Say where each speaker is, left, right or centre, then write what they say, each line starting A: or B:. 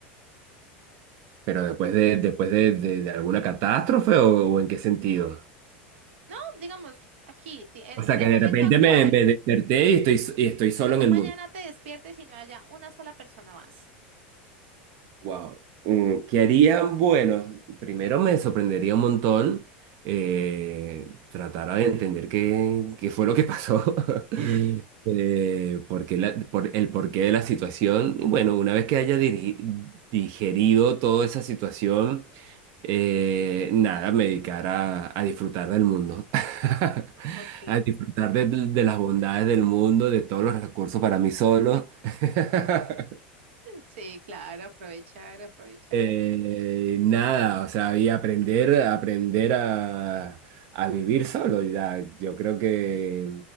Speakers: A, on the right; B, on the right.
A: Pero después de, después de, de- de alguna catástrofe o, o en qué sentido?
B: No, digamos, aquí, ti- en,
A: O
B: en
A: sea,
B: el
A: que de
B: momento
A: repente
B: actual,
A: me, me desperté y estoy, y estoy solo
B: que tú
A: en el
B: mañana
A: mundo.
B: te despiertes y no haya una sola persona más.
A: Wow. Mm, ¿Qué harían? Bueno, primero me sorprendería un montón eh, tratar de entender qué, qué fue lo que pasó, <laughs>
B: <laughs>
A: eh, por qué la- por el porqué de la situación. Y bueno, una vez que haya dirigi- digerido toda esa situación, eh, nada, me dedicar a, a disfrutar del mundo, <laughs>
B: Ok.
A: a disfrutar de, de las bondades del mundo, de todos los recursos para mí solo. <laughs>
B: Sí, claro, aprovechar, aprovechar.
A: Eh, nada, o sea, y aprender, aprender a, a vivir solo. ya, yo creo que,